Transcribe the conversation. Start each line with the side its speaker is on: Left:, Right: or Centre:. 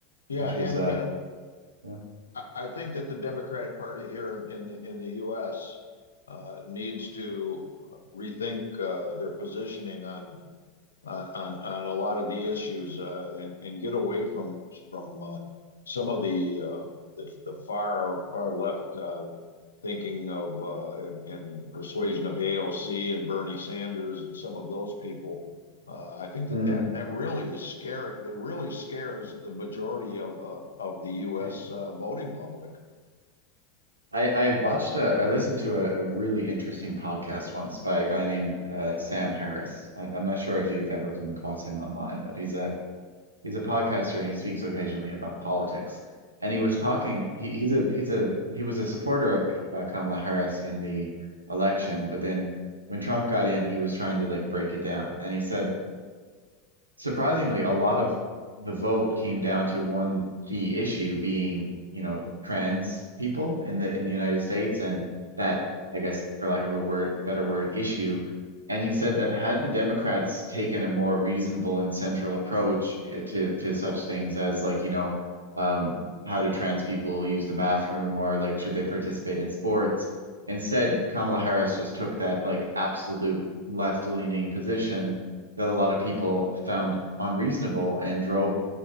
Left: yeah
Right: which
Left: and
Right: was uh
Left: and
Right: yeah.
Left: I, I think that the Democratic Party here in in, the- in the U.S. Uh, needs to rethink uh, their positioning on uh, on on a lot of the issues uh, and and get away from from uh, some of the, uh, the the far far left uh, thinking of uh, and, and persuasion of AOC and Bernie Sanders and some of those people. Uh, I think
Right: Mm,
Left: that, that that really is scary. It really scares the majority of of, of the U.S.
Right: yeah.
Left: Uh, voting public.
Right: I I watched a, I listened to a, a really interesting podcast once by a guy named uh, Sam Harris. I, I'm not sure if you've ever come across him online, but he's a he's a podcaster and he speaks occasionally about politics. And he was talking. He, he's a he's a he was a supporter of uh, Kamala Harris in the election, but then when Trump got in, he was trying to like break it down, and he said surprisingly, a lot of the vote came down to one key issue being, you know, trans people in the in the United States, and that, I guess, for lack of a word, better word, issue. And he said that had the Democrats taken a more reasonable and central approach eh, to to such things as like, you know, um, how do trans people use the bathroom or like should they participate in sports? Instead, Kamala Harris just took that like absolute left-leaning position that a lot of people found unreasonable and drove